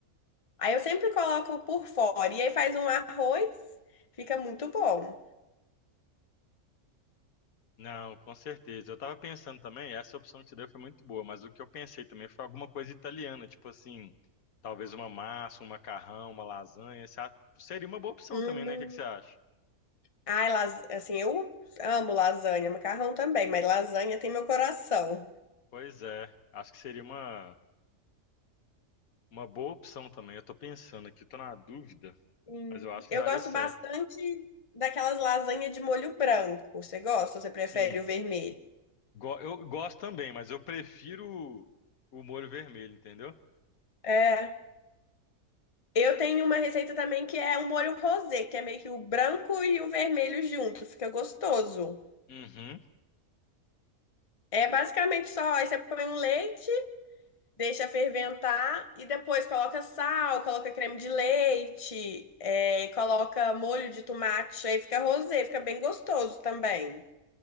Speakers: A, on the left; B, on the left.
A: Aí eu sempre coloco por fora e aí faz um arroz, fica muito bom.
B: Não, com certeza. Eu tava pensando também, essa opção que você deu foi muito boa, mas o que eu pensei também foi alguma coisa italiana, tipo assim, talvez uma massa, um macarrão, uma lasanha. esse a- Seria uma boa opção
A: Hum.
B: também, né? O que que você acha?
A: Ai, las... assim, eu amo lasanha, macarrão também, mas lasanha tem meu coração.
B: Pois é, acho que seria uma, uma boa opção também. Eu tô pensando aqui, eu tô na dúvida,
A: Hum.
B: mas eu acho que
A: Eu
B: daria
A: gosto
B: certo.
A: bastante daquelas lasanhas de molho branco. Você gosta ou você prefere
B: Sim.
A: o vermelho?
B: Go- eu gosto também, mas eu prefiro o molho vermelho, entendeu?
A: É. Eu tenho uma receita também que é o molho rosé, que é meio que o branco e o vermelho junto, fica gostoso.
B: Uhum.
A: É basicamente só, aí você põe um leite Deixa ferventar e depois coloca sal, coloca creme de leite, é, e coloca molho de tomate, aí fica rosé, fica bem gostoso também.